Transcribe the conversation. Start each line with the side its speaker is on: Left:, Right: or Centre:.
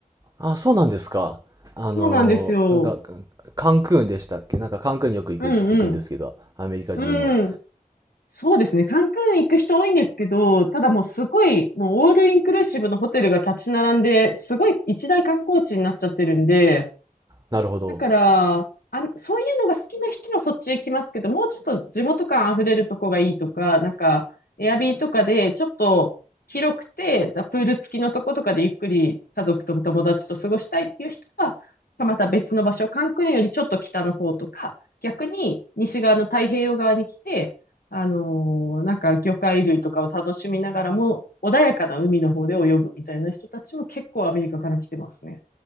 Right: あ、あ、そうなんですか。
Left: そうなんですよ。
Right: あのー、なんか、カンクンでしたっけなんかカンクンによく行くって聞くんですけど、
Left: うんうん。
Right: アメリカ人は。
Left: うん。そうですね。カンクン行く人多いんですけど、ただもうすごい、もうオールインクルーシブのホテルが立ち並んで、すごい一大観光地になっちゃってるんで、
Right: なるほど。
Left: だから、あ、そういうのが好きな人はそっち行きますけど、もうちょっと地元感溢れるとこがいいとか、なんか、エアビーとかでちょっと広くて、プール付きのとことかでゆっくり家族と友達と過ごしたいっていう人は、また別の場所、カンクンよりちょっと北の方とか、逆に西側の太平洋側に来て、あのーなんか魚介類とかを楽しみながらも、穏やかな海の方で泳ぐみたいな人たちも結構アメリカから来てますね。